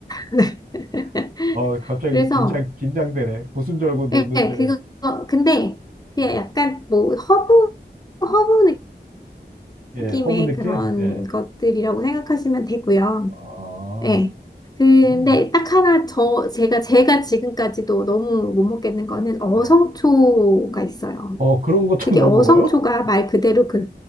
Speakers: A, on the left (about 20°); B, on the right (about 55°).
A: <laughs> 네.
B: <laughs> 아, 갑자기
A: 그래서,
B: 긴장, 긴장되네. 고수인 줄 알고 넣었는데.
A: 예, 그거, 근데 그게
B: 예.
A: 약간 뭐 허브, 허브
B: 예,
A: 느낌의
B: 허브 느낌?
A: 그런
B: 예.
A: 것들이라고 생각하시면 되고요.
B: 아,
A: 네. 근데
B: 그럼 뭐.
A: 딱 하나 저 제가 제가 지금까지도 너무 못 먹겠는 거는 어성초가
B: 예
A: 있어요.
B: 어, 그런 것도
A: 그게
B: <laughs> 넣어
A: 어성초가
B: 먹어요? <laughs>
A: 말 그대로 그